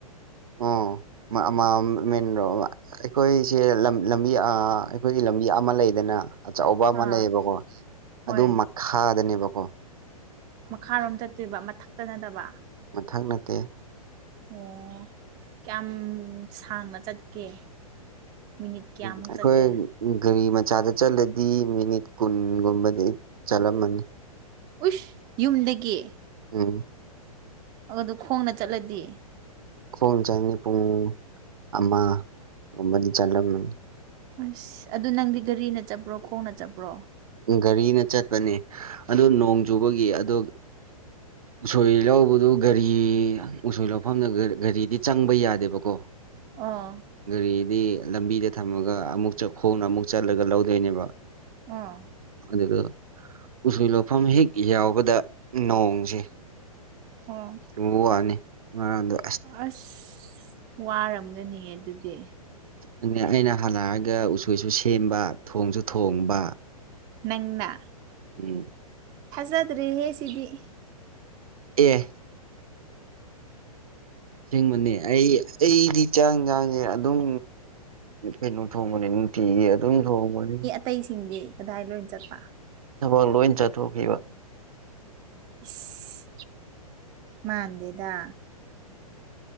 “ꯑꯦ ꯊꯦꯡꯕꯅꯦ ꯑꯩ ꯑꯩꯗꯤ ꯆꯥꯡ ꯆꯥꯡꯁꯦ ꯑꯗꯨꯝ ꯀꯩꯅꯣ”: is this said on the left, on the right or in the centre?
Right